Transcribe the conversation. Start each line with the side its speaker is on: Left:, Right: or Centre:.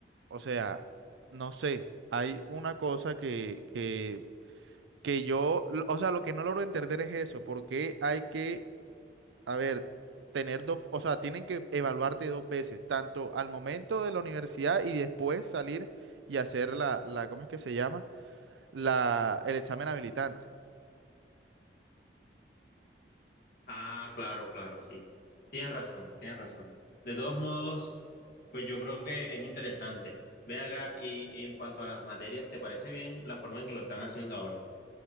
Right: o sea, no sé, hay una cosa que, que, que yo, lo- o sea, lo que no logro entender es eso, porque hay que, a ver, tener dos, o sea, tienen que evaluarte dos veces, tanto al momento de la universidad y después salir y hacer la, la, ¿cómo es que se llama? La, el examen habilitante.
Left: Ah, claro, claro, sí. Tienes razón, tienes razón. De todos modos, pues yo creo que es interesante. Ven acá, y, y en cuanto a las materias, ¿te parece bien la forma en que lo están haciendo ahora?